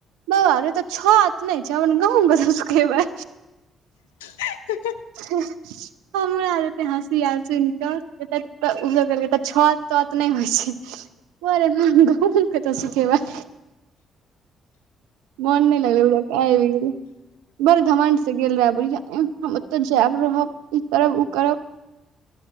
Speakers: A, on the right; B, on the left.
A: बौआ आरे तऽ छहथ नहि छै न गहुम कत सूखबे
B: ह <unintelligible> <unintelligible>
A: ह <unintelligible> <unintelligible> हमरा आ जेते हँसी एल सुन के त छत तत <unintelligible> नहि होइ छै बोरे गहुम क तऽ सुखैबे मोन नहि लागलै आईब गेलै बड़ घमण्ड से गेल रहए दुरिया हम ओतऽ जायब रहब ई करब ऊ करब